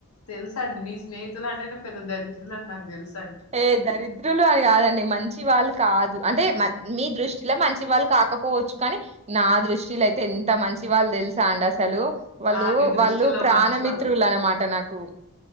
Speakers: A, on the left; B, on the right.
A: తెలుస అండి నీ స్నేహితులు అంటే నే పెద్ద దరిద్రులు అని నాకు తెలుసు
B: ఏ దరిద్రులు అని కాదండి మంచి వాళ్ళు కాదు అంటే మీ దృష్టిలో మంచి వాళ్ళు కాకపోవచ్చు కానీ నా దృష్టిలో అయితే ఎంత మంచి వాళ్ళు తెలుసా అండి అసలు వాళ్ళు
A: ఆ నీ దృష్టిలో
B: వాళ్ళు ప్రాణమిత్రులు
A: మంచి వాళ్ళు
B: అనమాట నాకు